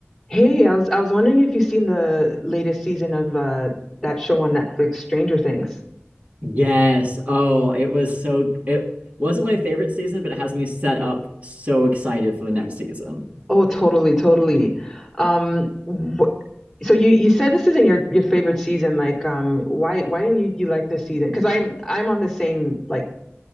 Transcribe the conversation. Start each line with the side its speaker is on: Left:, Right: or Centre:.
Centre: Hey, I was I was wondering if you've seen the latest season of uh that show on Netflix, Stranger Things.
Right: Yes. Oh, it was so it wasn't my favorite season, but it has me set up so excited for the next season.
Centre: Oh, totally, totally. Um, wh so you you said this isn't your your favorite season. Like, um, why why didn't you you like this season? Because I'm I'm on the same like